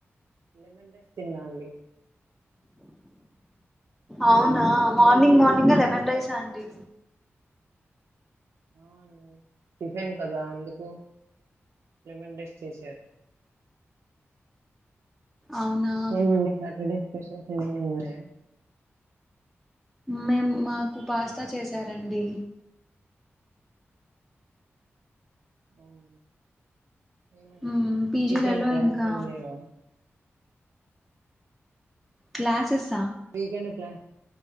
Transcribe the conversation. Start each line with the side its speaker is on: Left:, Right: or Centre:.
Right: లెమన్ రైస్ తిన్నా అండి
Centre: అవునా మార్నింగ్ మార్నింగ్ లెమన్ రైస్ అండి
Right: అవుండి టిఫిన్ కదా అందుకు లెమండేస్ చేసారు
Centre: అవునా
Right: ఏ మండే సాటర్డే ఫెషల్స్ ఏమైన ఉన్నాయా
Centre: మేం మాకు పాస్తా చేసారండి
Right: అవు ఏమండి
Centre: మ్మ్ పీజీలలో
Right: వీకెండ్ ప్లాన్స్
Centre: ఇంకా
Right: ఏం లేవా
Centre: క్లాసెస్
Right: వీకెండ్ పాన్